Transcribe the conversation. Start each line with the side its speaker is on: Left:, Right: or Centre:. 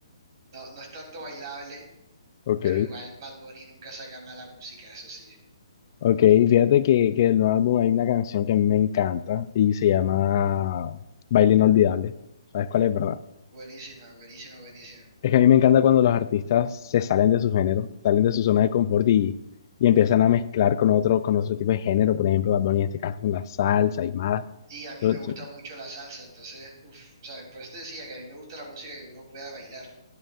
Right: no, no es tanto bailable,
Left: Ok,
Right: pero igual Bad Bunny nunca saca mala música, eso sí,
Left: ok. Fíjate que, que del nuevo álbum hay una canción que a mí me encanta y se llama Baile Inolvidable. ¿Sabes cuál es, verdad?
Right: buenísima, buenísima, buenísima.
Left: Es que a mí me encanta cuando los artistas se salen de su género, salen de su zona de confort y, y empiezan a mezclar con otro, con otro tipo de género. Por ejemplo, Bad Bunny en este caso con la salsa y más.
Right: Y a mí
Left: Entonces,
Right: me gusta mucho la salsa, entonces, uff, o sea, por eso te decía que a mí me gusta la música que uno pueda bailar.